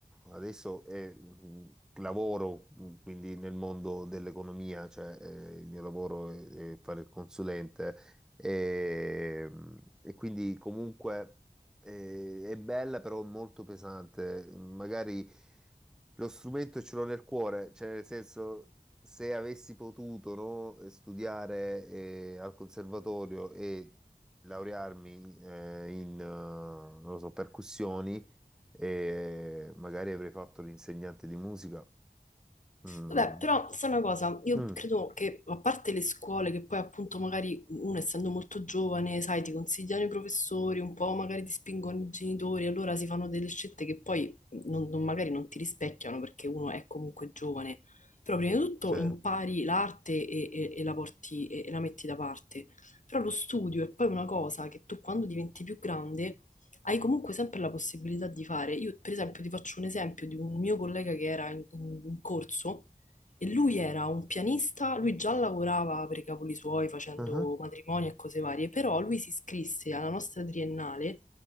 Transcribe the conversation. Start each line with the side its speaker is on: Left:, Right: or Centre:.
Centre: adesso eh, mh, lavoro mh, quindi nel mondo dell'economia, cioè eh, il mio lavoro è, è fare il consulente, ehm, e quindi comunque. Eh, è bella però molto pesante. Magari lo strumento ce l'ho nel cuore, cioè nel senso se avessi potuto no, eh, studiare eh, al conservatorio e laurearmi eh, in eh, non lo so, percussioni, eh, magari avrei fatto l'insegnante di musica. Mm.
Left: Vabbè, però sai una cosa, io
Centre: Mm,
Left: credo che a parte le scuole che poi appunto magari uno essendo molto giovane, sai, ti consigliano i professori, un po' magari ti spingono i genitori, allora si fanno delle scelte che poi non- non- magari non ti rispecchiano perché uno è comunque giovane. Però prima di tutto
Centre: sì.
Left: impari l'arte e, e- e la porti e, e la metti da parte. Però lo studio è poi una cosa che tu quando diventi più grande hai comunque sempre la possibilità di fare. Io, per esempio, ti faccio un esempio di un mio collega che era in, in- in corso e lui era un pianista, lui già lavorava per i cavoli suoi facendo
Centre: Ah,
Left: matrimoni e cose varie, però lui si iscrisse alla nostra triennale